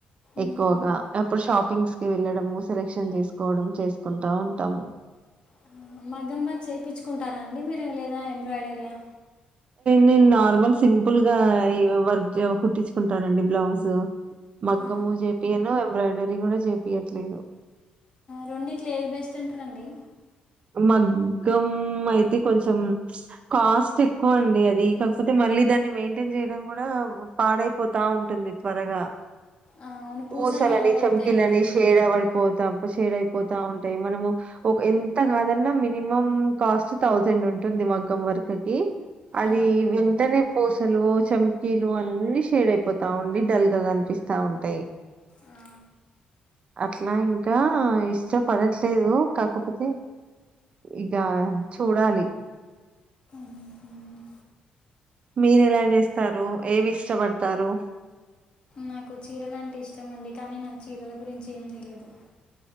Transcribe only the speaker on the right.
ఎక్కువగా అప్పుడు షాపింగ్స్ కి వెళ్ళడం మము సెలక్షన్ చేసుకోవడం చేసుకుంటా ఉంటాము
నేను నార్మల్ సింపుల్ గా వ కుట్టించుకుంటానండి బ్లౌజు మగ్గము
చేపియను ఎంబ్రాయిడరీ కూడా చేపియట్లేదు
మగ్గం అయితే కొంచెం కాస్ట్ ఎక్కువ అండి అది కాకపోతే మళ్ళీ దాన్ని మెయింటైన్ చేయడం కూడా పాడైపోతా ఉంటుంది త్వరగా
పూసలని
చంకీలని
షేడా పడిపోతాం సేడ్ అయిపోతా ఉంటాయి మనము ఒక ఎ అంత కాదన్నా మినిమం కాస్ట్ థౌజండ్ ఉంటుంది మగ్గం వర్క్కి అది
వెంటనే పోసు అసలు చంకీలు అన్ని షేడ్ అయిపోతా ఉండి డల్ గా కనిపిస్తా ఉంటాయి
అట్లా ఇంకా ఇష్టపడట్లేదు కాకపోతే ఇక చూడాలి
మీరు ఎలా చేస్తారు ఏవి ఇష్టపడతారు